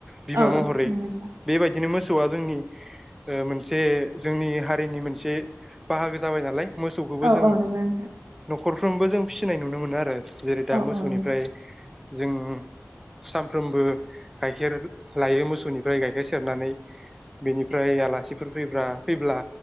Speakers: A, in the centre; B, on the right (about 70°).
A: बिमा
B: औ
A: महरै
B: नंगौ नोंथां
A: बेबायदिनो मोसौआ जोंनि ओ मोनसे जोंनि हारिनि मोनसे बाहागो जाबाय नालाय मोसौखौबो
B: औ
A: जों
B: नंगौ नोंथां
A: नखरफ्रोमबो जों फिसिनाय नुनो मोनो आरो जेरै दा
B: औ
A: मोसौनिफ्राय
B: औ नोंथां
A: जों सानफ्रोमबो गाइखेर लायो मोसौनिफ्राय गाइखेर सेरनानै बेनिफ्राय आलासिफोर फै फैब्ला